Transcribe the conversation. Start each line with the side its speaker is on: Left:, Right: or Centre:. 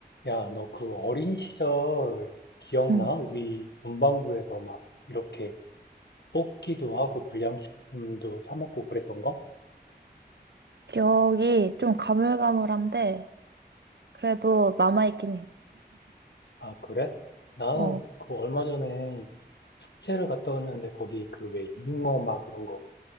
Left: 야, 너 그 어린 시절 기억나?
Right: 음.
Left: 우리 문방구에서 막 이렇게 뽑기도 하고 불량식품도 사 먹고 그랬던 거?
Right: 기억이 좀 가물가물한데, 그래도 남아있긴 해.
Left: 아, 그래? 나
Right: 어,
Left: 그 얼마 전에 축제를 갔다 왔는데 거기 그 왜 잉어 막 이런 거